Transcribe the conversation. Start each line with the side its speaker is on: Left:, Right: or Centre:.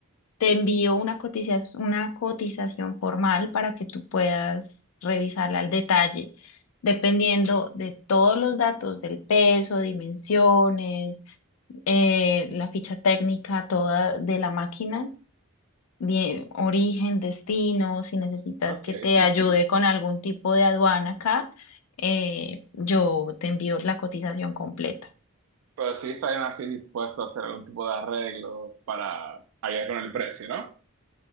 Left: Te envío una cotización, una cotización formal para que tú puedas revisarla al detalle, dependiendo de todos los datos del peso, dimensiones, eh, la ficha técnica toda de la máquina, die- origen, destino, si necesitas
Right: Ok,
Left: que te
Right: sí,
Left: ayude
Right: sí.
Left: con algún tipo de aduana acá, eh, yo te envío la cotización completa.
Right: Pero sí estarían así dispuestos a hacer algún tipo de arreglo para ayudar con el precio, ¿no?